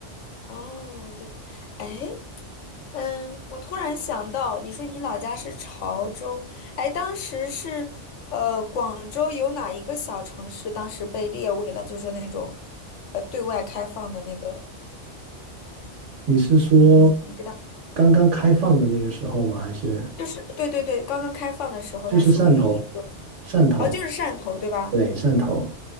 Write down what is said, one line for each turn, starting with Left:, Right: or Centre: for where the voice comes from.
Left: 哦，对，哎。嗯，我突然想到，你说你老家是潮州，哎，当时是呃广州有哪一个小城市当时被列为了就是那种呃对外开放的那个，
Right: 你是说
Left: 你你你知道，
Right: 刚刚开放的那个时候吗？还是
Left: 就是对对对，刚刚开放的时候，
Right: 就是汕头？
Left: 它属于一个，
Right: 汕头，
Left: 哦，就是汕头对吧？
Right: 对，汕头